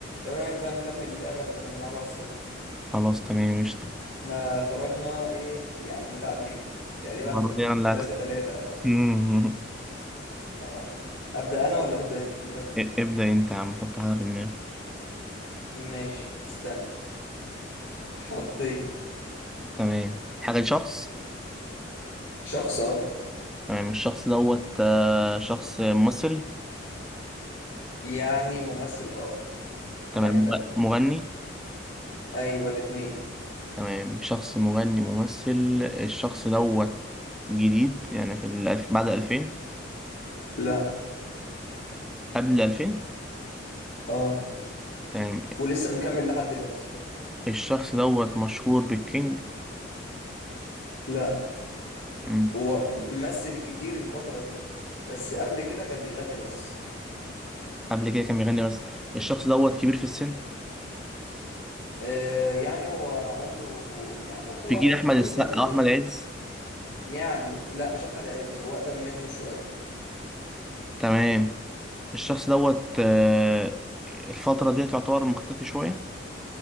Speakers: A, on the left; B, in the centre.
A: ايه رأيك بقى نكمل اللعبة اللي كنا بنلعبها الصبح
B: خلاص تمام قشطة
A: احنا خرجنا ايه يعني متعادلين تقريبا
B: المرة دي أنا اللي
A: تلاتة
B: هكسب
A: تلاتة او
B: <laughs> مم.
A: اه ابدأ انا ولا تبدأ انت
B: إ- ابدأ أنت يا عم حط حاجة في دماغك
A: ماشي استنى حطيت
B: تمام حاجة شخص
A: شخص اه
B: تمام الشخص دوت آه، شخص ممثل
A: يعني ممثل اه
B: تمام
A: وحاجة تانية
B: مغني
A: ايوه الاتنين
B: تمام شخص مغني ممثل الشخص دوت جديد يعني في الألف بعد ألفين
A: لا
B: قبل الألفين
A: اه
B: تمام
A: ولسه مكمل لحد دلوقتي
B: الشخص دوت مشهور بالكينج
A: لا
B: مم.
A: هو ممثل كتير الفترة دي بس قبل كده كان بيغني بس
B: قبل كده كان بيغني بس الشخص دوت كبير في السن
A: آه، يعني هو عمره يعني هو
B: في جيل أحمد
A: نقدر
B: السقا
A: نقول
B: وأحمد عز
A: يعني لا مش احمد عز هو اقدم منه شويه
B: تمام الشخص دوت آه، الفترة ديت يعتبر مختفي شوية